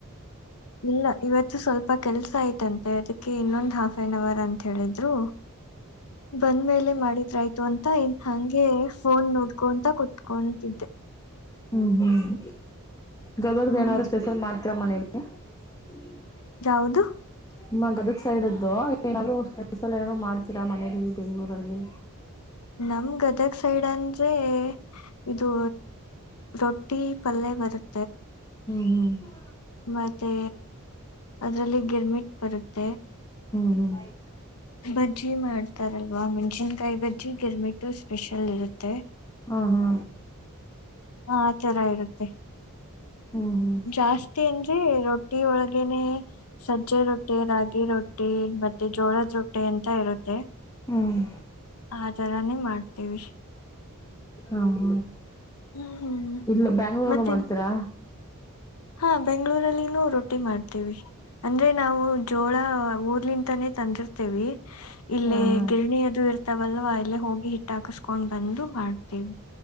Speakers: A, on the left; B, on the left.
A: ಇಲ್ಲ ಇವತ್ತು ಸ್ವಲ್ಪ ಕೆಲ್ಸ ಆಯ್ತಂತೆ ಅದಕ್ಕೆ ಇನ್ನೊಂದು, ಹಾಫ್ ಆನ್ ಅವರ್ ಅಂತ ಹೇಳಿದ್ರು ಬಂದ ಮೇಲೆ ಮಾಡಿದ್ರ ಆಯ್ತು ಅಂತ. ಹಂಗೆ ಫೋನ್ ನೋಡ್ಕೊಂತ ಕುತ್ಕೊಂತಿದ್ದೆ.
B: ಹ್ಮ್ ಹ್ಮ್ ಗದಗದ
A: ಹ್ಮ್
B: ಏನಾದ್ರು ಸ್ಪೆಷಲ್ ಮಾಡ್ತಿಯ ಮನೇಲಿ. <inaudible>
A: ಯಾವುದು.
B: ನಿಮ್ಮ ಗದಗ್ ಸೈಡ್ದ್ದು ಏನಾದರು ಸ್ಪೆಷಲ್ ಏನಾರು ಮಾಡ್ತೀರಾ ಮನೇಲಿ ಬೆಂಗ್ಳೂರಲ್ಲಿ.
A: ನಮ್ ಗದಗ್ ಸೈಡ್ ಅಂದ್ರೆ ಇದು, ರೊಟ್ಟಿ ಪಲ್ಯ್ ಬರತ್ತೆ.
B: ಹ್ಮ್, ಹ್ಮ್
A: ಮತ್ತೆ ಅದರಲ್ಲಿ ಗಿರ್ಮಿಟ್ ಬರುತ್ತೆ.
B: ಹ್ಮ್, ಹ್ಮ
A: <inaudible> ಬಜ್ಜಿ ಮಾಡ್ತಾರಲ್ವಾ, ಮೆಣಸಿನಕಾಯಿ ಬಜ್ಜಿ, ಗಿರ್ಮಿಟ್ ಸ್ಪೆಷಲ್ ಇರತ್ತೆ.
B: ಹಾ, ಹಾ
A: ಹಾ ತರ ಇರತ್ತೆ.
B: ಹ್ಮ್ ಹ್ಮ್
A: ಜಾಸ್ತಿ <unintelligible> ರೊಟ್ಟಿ ಒಳಗನೆ ಸಜ್ಜಿ ರೊಟ್ಟಿ, ರಾಗಿ ರೊಟ್ಟಿ, ಟಿ ಮತ್ತೆ ಜೋಳ ರೋಟ್ಟೆ ಅಂತ ಇರುತ್ತೆ.
B: ಹ್ಮ್
A: ಆ ತರಾನೇ ಮಾಡ್ತಿವಿ.
B: ಹಾ ಹ
A: ಹ್ಮ್
B: ಇಲ್ ಬೆಂಗಳೂರು
A: ಮತ್ತೆ
B: ಮಾಡ್ತೀರಾ.
A: ಹಾ ಬೆಂಗಳೂರ್ ಅಲ್ಲಿನೂ ರೊಟ್ಟಿ ಮಾಡ್ತಿವಿ. ಅಂದ್ರೆ ನಾವು ಜೋಳ ಊರ್ಲಿಂತನೇ ತಂದಿರ್ತಿವಿ. ಇಲಿ
B: ಹಾ ಹಾ
A: ಗಿರಣಿ ಅದು ಇರ್ ತವಲ್ವ ಅಲ್ಲೇ ಹೋಗಿ ಹಿಟ್ಟ ಹಾಕಸ್ಕೊಂಡ್ ಬಂದು ಮಾಡ್ತಿವಿ.